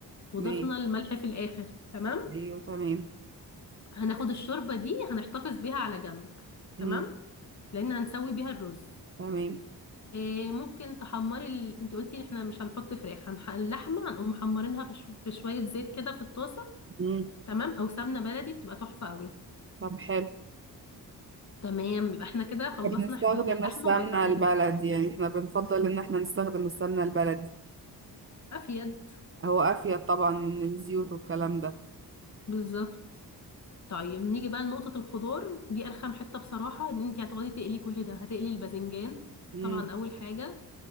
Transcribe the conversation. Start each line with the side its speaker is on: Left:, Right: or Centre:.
Left: وضفنا
Right: ماشي
Left: الملح في الاخر تمام
Right: ايوه تمام
Left: هناخد الشوربة دي هنحتفظ بيها على جنب تمام
Right: مم.
Left: لان هنسوي بيها الرز
Right: تمام
Left: إيه ممكن تحمري ال... انت قلتي احنا مش هنحط فراخ هنح... اللحمه هنقوم محمرينها في, ش... في شويه زيت كده في الطاسه
Right: مم.
Left: تمام او سمنه بلدي بتبقى تحفه قوي
Right: طب حلو
Left: تمام يبقى احنا كده خلصنا
Right: بنستخدم
Left: جزء اللحمه
Right: السمنة
Left: وبقيت عندنا
Right: البلدي يعني احنا بنفضل ان احنا نستخدم السمنة البلدي
Left: افيد
Right: هو افيد طبعا من الزيوت والكلام ده
Left: بالظبط طيب نيجي بقى لنقطه الخضار دي ارخم حته بصراحه ان انت هتقعدي تقلي كل ده هتقلي الباذنجان
Right: مم.
Left: طبعا اول حاجه